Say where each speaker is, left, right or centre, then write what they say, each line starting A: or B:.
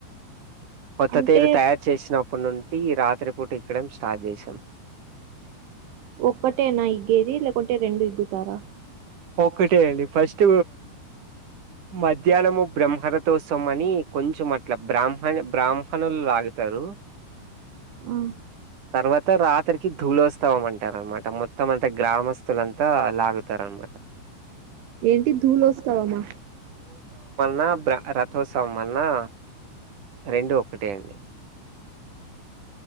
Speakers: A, on the right; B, on the right.
A: కొత్త
B: అంటే
A: తీరు తయారు చేసినప్పటి నుండి రాత్రి పూట ఇక్కడం స్టార్ట్ చేసినం
B: ఒక్కటే నా ఇగ్గేది లేకుంటే రెండు ఇగ్గుతారా
A: ఒకటే అండి ఫస్ట్ మధ్యాహ్నము బ్రహ్మరతోత్సవం అని కొంచెం అట్ల బ్రాహ్మణ బ్రాహ్మణులు లాగా గుతారు
B: ఆ
A: తర్వాత రాత్ త్రికి ధూళోత్సవం అంటారనమాట మొత్తం అంతా గ్రామస్తులంతా లాగుతారు అనమాట
B: ఏంటి దులోస్తావమా
A: నా బ్రా రథోత్సవమన్నా రెండు ఒకటే అండి